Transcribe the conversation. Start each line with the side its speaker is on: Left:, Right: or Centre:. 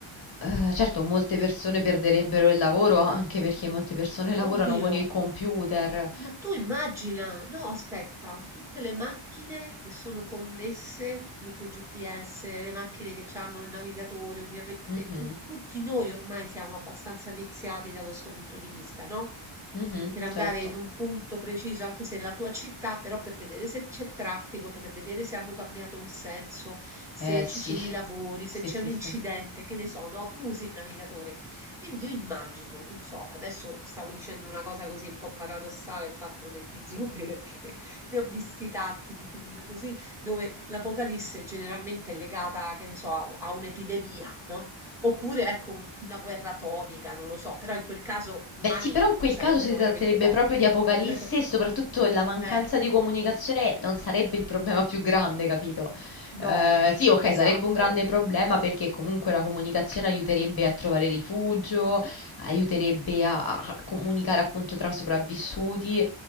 Left: Eh, certo, molte persone perderebbero il lavoro anche perché molte persone lavorano
Centre: Oddio,
Left: con il computer.
Centre: Ma tu immagina, no, aspetta, tutte le macchine che sono connesse mm, col GPS, le macchine che hanno il navigatore, ovviamente,
Left: Mhm,
Centre: tu- tutti noi ormai siamo abbastanza viziati da questo punto di vista, no?
Left: mhm,
Centre: Per andare
Left: certo.
Centre: in un punto preciso, anche se è la tua città, però per vedere se c'è traffico, per vedere se hanno cambiato un senso, se
Left: Eh sì,
Centre: ci sono i lavori, se
Left: sì,
Centre: c'è
Left: sì,
Centre: un incidente,
Left: sì.
Centre: che ne so, no? Tu usi il navigatore. Quindi io immagino, non so, adesso stavo dicendo una cosa così un po' paradossale, il fatto degli zombie, <laughs> perché ne ho visti tanti di film così, dove l'apocalisse generalmente è legata, che ne so, a, a un'epidemia, no? Oppure, ecco, un- una guerra atomica, non lo so, però in quel caso gli
Left: Beh,
Centre: umani
Left: sì, però in quel
Centre: sarebbero
Left: caso si
Centre: veramente
Left: tratterebbe
Centre: pochi.
Left: proprio di apocalisse
Centre: <laughs>
Left: e soprattutto la mancanza
Centre: Eh,
Left: di comunicazione non sarebbe il problema più grande, capito?
Centre: no,
Left: Eh, sì, ok,
Centre: esatto.
Left: sarebbe un grande problema perché comunque la comunicazione aiuterebbe a trovare rifugio, aiuterebbe a, a comunicare appunto tra sopravvissuti,